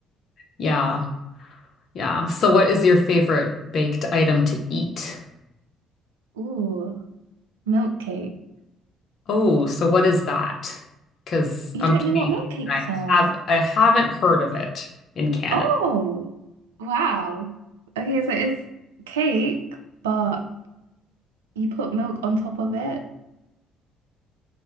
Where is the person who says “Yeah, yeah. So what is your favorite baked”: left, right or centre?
Left